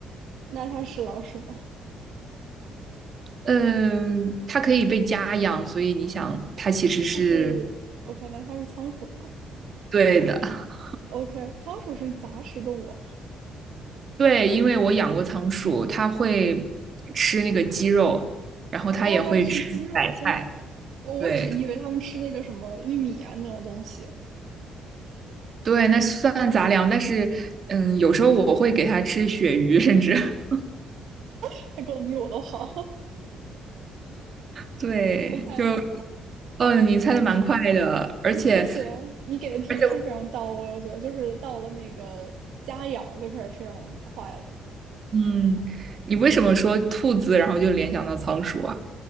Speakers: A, on the right; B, on the right.
A: 那它是老鼠吗？
B: 嗯，它可以被家养，所以你想，它其实是
A: 它是 OK，那它是仓鼠吗
B: 对的。<laughs>
A: ？OK，仓鼠是杂食动物，
B: 对，因为我养过仓鼠，它会吃那个鸡肉，然后它也会吃白菜。
A: 哦，它在吃鸡肉，天呐，我我只以为他们吃那个什么玉米啊那种东西，
B: 对对，那算杂粮，但是嗯，有时候我会给它吃鳕鱼，甚至 <laughs>
A: <laughs> 他过得比我都好。
B: 对，
A: <laughs> OK，
B: 就
A: 好，
B: 嗯，你猜的蛮快的，而且
A: <laughs> 谢谢你给的提示非常到位，
B: 而且，
A: 我觉得就是到了那个家养就开始非常快了。
B: 嗯，你为什么说兔子，然后就联想到仓鼠啊？